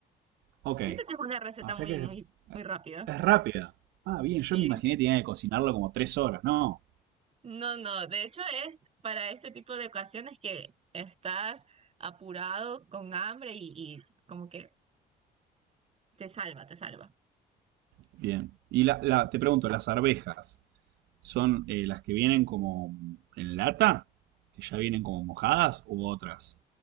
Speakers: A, on the right; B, on the right.
A: Ok.
B: Siento que es una receta
A: Ah, O sea
B: muy,
A: que
B: muy,
A: es,
B: muy rápida.
A: es rápida. Ah, bien,
B: Sí.
A: yo me imaginé que tenía que cocinarlo como tres horas. No.
B: No, no, de hecho es para este tipo de ocasiones que estás apurado, con hambre y, y como que te salva, te salva.
A: Bien. Y la, la- te pregunto, ¿las arvejas son eh, las que vienen como en lata? ¿Que ya vienen como mojadas u otras?